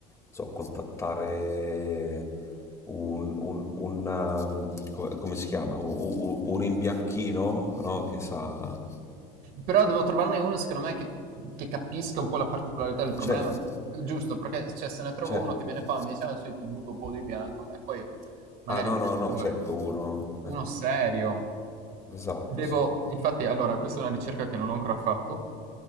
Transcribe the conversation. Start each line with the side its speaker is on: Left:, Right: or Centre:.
Left: so, contattare un, un- un, um, come, come si chiama? Un, un- un imbianchino, no? Che sa...
Right: Però devo trovarne uno, secondo me, che che capisca un po' la particolarità del problema.
Left: Certo,
Right: Giusto, perché cioè, se ne trovo
Left: certo.
Right: uno che viene qua e mi dice, ah, sì, ti butto un po' di bianco e poi magari
Left: Ah no,
Right: viene
Left: no, no,
Right: fuori.
Left: certo, uno.
Right: Uno
Left: eh,
Right: serio.
Left: esatto,
Right: Devo,
Left: sì.
Right: infatti, allora, questa è una ricerca che non ho ancora fatto.